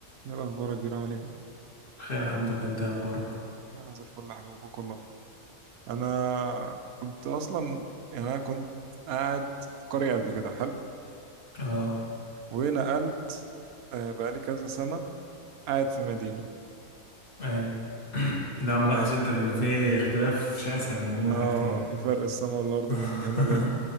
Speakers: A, on the right; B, on the left.
A: ايه الاخبار يا كبير عامل ايه
B: خير الحمد لله انت إيه اخبارك
A: انا زي الفل يا حبيبي اخوك والله انا كنت اصلا يعني انا كنت قاعد في قريه قبل كده حلو
B: اه
A: ونقلت آه، بقالي كذا سنه قاعد في مدينه
B: اي <clears throat> لا ملاحظ
A: ف
B: انت ان في اختلاف شاسع ما بين
A: اه
B: الحاجتين
A: في فرق السما والارض
B: <laughs>
A: من هنا لهنا